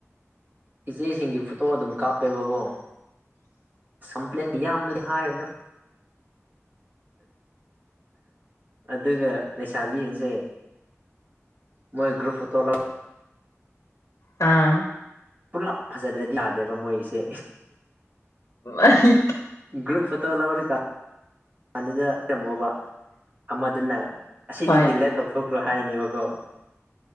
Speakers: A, on the right; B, on the left.
A: ꯏꯆꯦꯁꯤꯡꯒꯤ ꯐꯣꯇꯣ ꯑꯗꯨꯝ ꯀꯥꯞꯄꯦꯕꯀꯣ ꯑꯁ ꯀꯝꯄ꯭ꯂꯦꯟꯕꯤ ꯌꯥꯝꯗꯗꯤ ꯍꯥꯏꯔꯨꯅꯨ
B: <inaudible>
A: ꯑꯗꯨꯒ ꯂꯩꯁꯥꯕꯤꯌꯤꯡꯁꯦ ꯃꯣꯏ ꯒ꯭ꯔꯨꯞ ꯐꯣꯇꯣ ꯂꯧ
B: ꯑ
A: ꯄꯨꯂꯞ ꯐꯖꯗ꯭ꯔꯗꯤ ꯌꯥꯗꯦꯕ ꯃꯣꯏꯒꯤꯁꯦ
B: <unintelligible>
A: ꯒ꯭ꯔꯨꯞ ꯐꯣꯇꯣ ꯂꯧꯔꯤꯀꯥꯟ ꯀꯥꯟꯗꯨꯗ ꯇꯝꯃꯣꯕ ꯑꯃꯗꯨꯅ ꯑꯁꯤꯗꯤ
B: ꯍꯣꯏ
A: ꯗꯤꯂꯦꯠ ꯇꯧꯊꯣꯛꯈ꯭ꯔꯣ ꯍꯥꯏꯅꯦꯕꯀꯣ